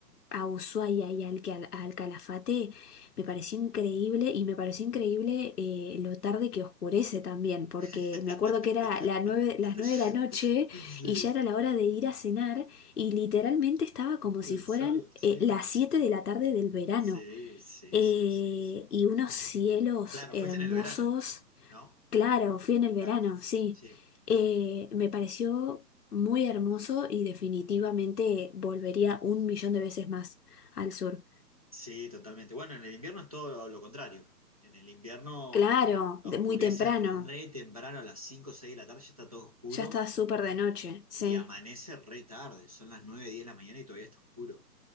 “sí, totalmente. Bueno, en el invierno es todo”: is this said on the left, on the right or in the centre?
Right